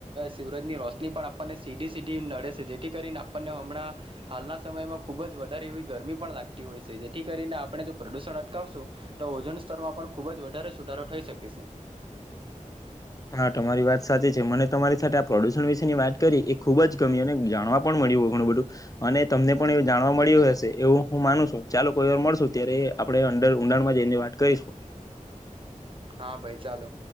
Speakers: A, on the right; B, on the left.
A: શિવરાજની રોશની. આપને સીધી સીધી નડે છે જેથી કરીને આપ. આપ હમણાં હાલના સમયમાં ખુબ જ વધારે એવી ગરમી પણ લાગતી હોય છે જેથી કરીને આપણે જો પ્રદુષણ અટકાવશું તો ઓજન સ્તરમાં પણ ખૂબ જ વધારે સુધારો થઈ શકે છે.
B: હા તમારી વાત સાચી છે મને તમારી સાથે આ પ્રદુષણ વિશે ની વાત કરી એ ખુબ જ ગમી અને જાણવા પણ મળ્યું હોય ઘણું બધું અને તમને પણ એવ જાણવા મળ્યું હશે એવું હું માનું છું ચાલો કોઈ વાર મળશું ત્યારે આપણે અંદર ઉઊડાણમાં જઈને વાત કરીશું.
A: હા ભાઈ ચાલો.